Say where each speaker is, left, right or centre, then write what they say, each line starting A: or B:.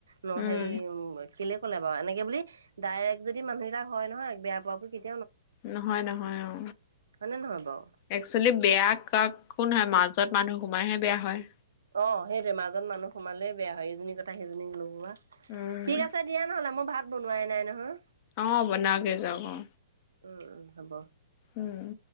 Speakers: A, on the right; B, on the left.
A: ন,
B: উম
A: সেই উম কেলে ক'লে বাৰু এনেকে বুলি ডাইৰেক্ট যদি মানুহবিলাক হয় নহয় বেয়া পোৱাাব
B: নহয় নহয় অ
A: হয়নে নহয় বাৰু?
B: একচুৱেলি বেয়াক কোন হয় মাজত মানুহ সোমাইহে বেয়া হয়।।
A: অ', সেইটোয়ে মাজত মানুহ সোমালেই বেয়া হয় এইজনীৰ কথা সেইজনীক লগোৱা।
B: উম
A: ঠিক আছে দিয়া নহলে মই ভাত বনোৱাই নাই নহয়।
B: অ' বনওগে যাওক অ।
A: উম, উম হ'ব।
B: উম।